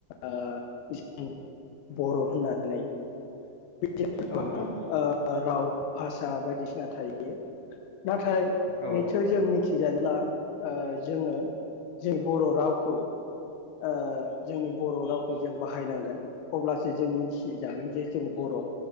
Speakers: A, on the left; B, on the left.
A: ओ बर' होननानै बिदिनो
B: औ
A: गोबां
B: नोंथां
A: ओ राव भाषा बायदिसिना थायो। नाथाय
B: औ
A: निसय जों मिथि जेनेबा ओ जोङो जि बर' रावखौ ओ जोंनि बर' रावखौ जों बाहायनांगोन अब्ला सो जों मिथिजागोन जे जों बर'।